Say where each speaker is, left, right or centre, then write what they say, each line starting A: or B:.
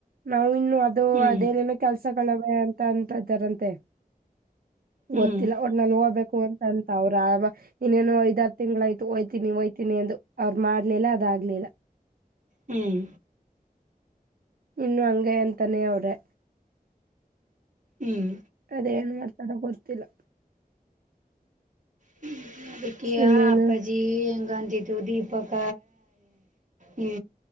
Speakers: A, on the right (about 70°); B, on the right (about 55°).
A: ನಾವವು ಇನ್ನು ಅದು
B: ಹ್ಮ್
A: ಅದೇನೇನೋ ಕೆಲ್ಸ ವಯ ಅಂತ ಅಂತ ಇದ್ದಾರಂತೆ
B: ಹ್ಮ್
A: ಗೊತ್ತಿಲ್ಲ ಒಟ್ನಲ್ಲಿ ಹೋಗ್ಬೇಕು ಕೋತಂತ್ ಅಂತ ಅವ್ರ ಇನ್ನೇನು ಐದ ತಿಂಗ್ಯ್ತು ಒಯ್ತೀನಿ ಒಯ್ತೀನಿ ಅ ಎಂದು ಅವ್ರು ಮಾಡ್ಲಿಲ್ಲ ಅದ ಆಗ್ಲಿಲ್ಲ
B: ಹ್ಮ್
A: ಇನ್ನು ಹಂಗೆ ಅಂತಾನೆ ಅವ್ರೆ
B: ಹ್ಮ್
A: ಅದೇನ್ ಮಾಡ್ತ ತಡ ಗೊತ್ತಿಲ್ಲ
B: ಹ್ಮ್ ಅದಕ್ಕಿಯಾ
A: ಇನ್ನೇನು
B: ಅಪ್ಪಾಜಿ ಎಂಗ ಿತು ದೀಪಕ ನಿ